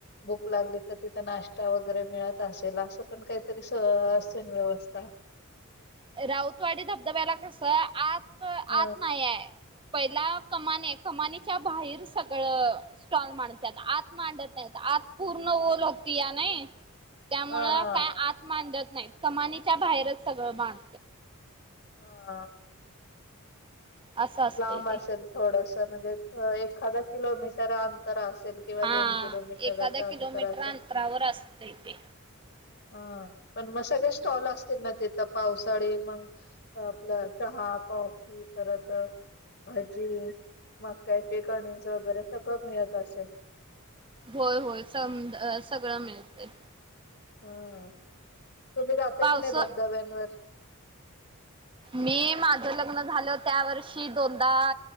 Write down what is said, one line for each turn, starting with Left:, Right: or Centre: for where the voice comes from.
Left: बुक लागली का तिथं नाश्ता वगैरे मिळत असेल असं पण काहीतरी स असे ना व्यवस्था
Right: राऊतवाडी धबधब्याला कसं आत आत
Left: ह
Right: नाहीय पहिला कमान कमानीच्या बाहेर सगळं स्टॉल मांडतेता आत मांडत नाही आत पूर्ण ओल होती या नाही त्यामुळं
Left: हा हा
Right: काय आत मांडत नाहीत कमानीच्या बाहेरच सगळं बाण
Left: हा
Right: असं असतंय
Left: लांब
Right: ते
Left: असेल थोडस म्हणजे एखादा किलोमीटर अंतर असेल किंवा
Right: हा
Left: दोन किलोमीटरच
Right: एखाद्या किलोमीटर
Left: अंतर अस
Right: अंतरावर असतंय ते.
Left: हा पण मग सगळ्या स्टॉल असतील ना तेिथं पावसाळी मग आपलं चहा कॉफी परत अ भाजी मक्याचे कणीस वगैरे सगळं मिळत असेल
Right: होय होय सम सगळं मिळते
Left: होय तुम्ही जात
Right: पावस
Left: की नाही धबधब्यांवर
Right: मी माझ लग्न झालं त्या वर्षी दोनदा